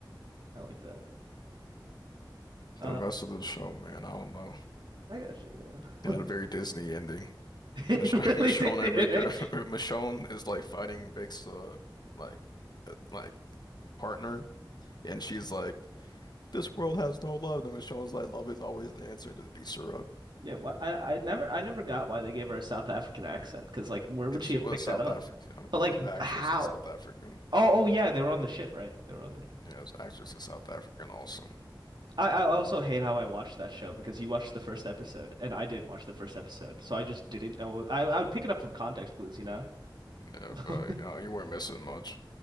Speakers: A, on the right; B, on the left.
A: I like that. Uh,
B: The rest of the show, man, I don't know.
A: I got you.
B: It
A: Yeah,
B: had a very Disney ending.
A: <laughs> it
B: Mich- <laughs> Michonne
A: really did, did
B: and Rick
A: it?
B: are <laughs> Michonne is like fighting Rick's uh like uh, like partner and she's like this world has no love and Michonne's like love is always the answer and just beats her up
A: Yeah, why, I I never I never got why they gave her a South African accent because like where would
B: because
A: she
B: she
A: have
B: was
A: picked
B: South
A: that up?
B: African I mean,
A: But
B: the,
A: like
B: the actress
A: how?
B: is South African
A: Oh oh yeah, they were on the ship, right? They were on the.
B: yeah the actress is South African also
A: I, I also hate how I watched that show because you watched the first episode and I didn't watch the first episode, so I just didn't know. I I would pick it up from context clues, you know.
B: yeah
A: <laughs>
B: but uh, you weren't missing much